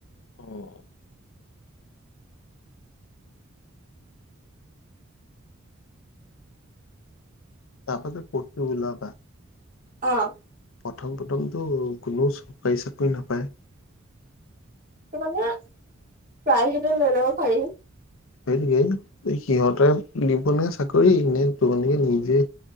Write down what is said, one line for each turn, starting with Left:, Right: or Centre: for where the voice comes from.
Left: অ তাৰপাছ পু উওলা
Right: অ
Left: প্ৰথম প্ৰথমটো কোননেও চকী চাকৰি নাপায়
Right: মানে প্ৰায়হিলে লৈ লব পাৰিহি
Left: সেইটোোকে সিহঁতে দিবনে চাকৰি নে তানকে নিজে